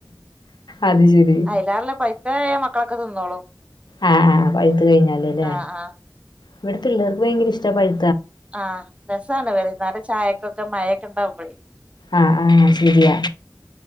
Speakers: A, on the left (about 80°); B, on the right (about 15°).
A: അത് ശരി
B: അയിലാണല്ലോ പൈത്താ മക്കളൊക്കെ തി ന്നോളും
A: ആ ആ പഴുത്ത് കഴിഞ്ഞാല് അല്ലേ
B: ആഹ് ആഹ്
A: ഇവിടെ പിള്ളേർക്ക് ഭയങ്കര ഇഷ്ട്ടാ പഴു
B: ആ രസാണ് വൈകുന്നേരം ചായക്കൊക്കെ മഴയൊക്കെ ഉണ്ടാവുമ്പഴേ
A: ആ ആ ശരിയാ